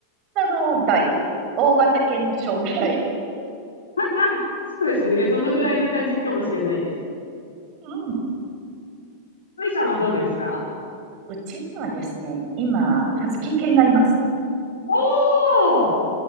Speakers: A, on the right (about 40°); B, on the left (about 70°).
A: 型の台大型犬の小ぐらい。
B: はいはい。そうですね。
A: <laughs>
B: そのぐらいの感じかもしれないです。
A: うん。うん。
B: マイさんはどうですか
A: うちにはですね、今、
B: うん。
A: ハスキー犬がいます。
B: おー